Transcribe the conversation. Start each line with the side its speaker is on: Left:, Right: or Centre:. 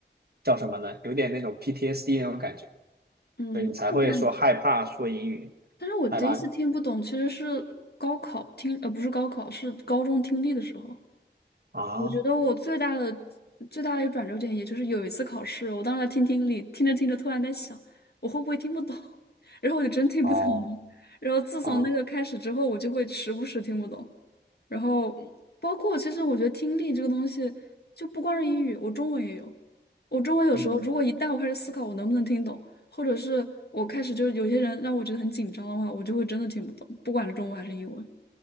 Right: 叫什么呢？有点那种 PTSD 那种感觉，
Left: 嗯，
Right: 所以你才会说害怕说英语，
Left: 但我感觉，但是我第一次听不懂其实是高考听，
Right: 害怕
Left: 呃，不是高考，是高中听力的时候。
Right: 啊
Left: 我觉得我最大的最大的一个转折点，也就是有一次考试，我当时在听听力，听着听着，突然在想，我会不会听不懂？<laughs> 然后我就真听不懂了。
Right: 哦，
Left: 然后自从那个开始之后，
Right: 啊
Left: 我就会时不时听不懂。然后包括其实我觉得听力这个东西，就不光是英语，我中文也有。我中文有时候如果一旦我开始思考我能不能听懂，
Right: 嗯
Left: 或者是我开始就是有些人让我觉得很紧张的话，我就会真的听不懂，不管是中文还是英文。